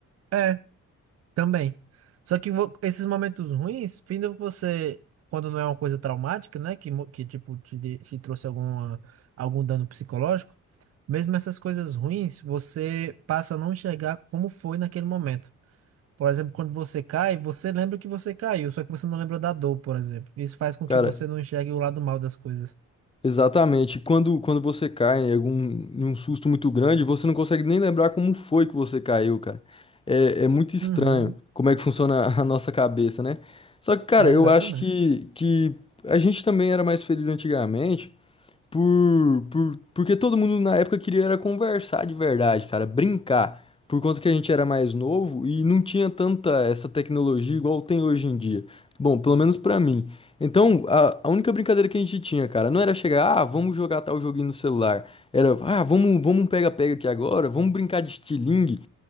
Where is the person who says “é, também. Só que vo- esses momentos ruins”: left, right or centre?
Right